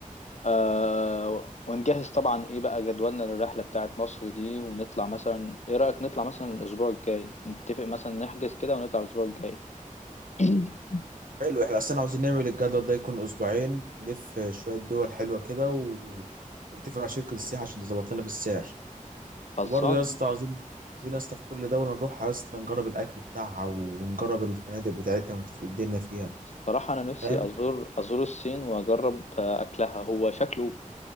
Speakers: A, on the left; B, on the right.
A: آه ونجهز طبعا ايه بقى جدولنا للرحله بتاعت مصر دي ونطلع مثلا ايه رايك نطلع مثلا الاسبوع الجاي نتفق مثلا نحجز كده ونطلع الاسبوع الجاي <clears throat>
B: حلو احنا اصلا عاوزين نعمل الجدول ده يكون اسبوعين نلف شويه دول حلوه كده و... ونتفق مع شركه السياحه عشان تظبط لنا في السعر
A: خلصان
B: وبرضه يا اسطى
A: ماشي.
B: عاوزين عاوزين يا اسطى في كل دوله نروح يا اسطى نجرب الاكل بتاعها ونجرب الفنادق بتاعتها ونشوف ايه الدنيا فيها
A: صراحة أنا نفسي
B: فاهم
A: أزور أزور الصين وأجرب آه، أكلها هو شكله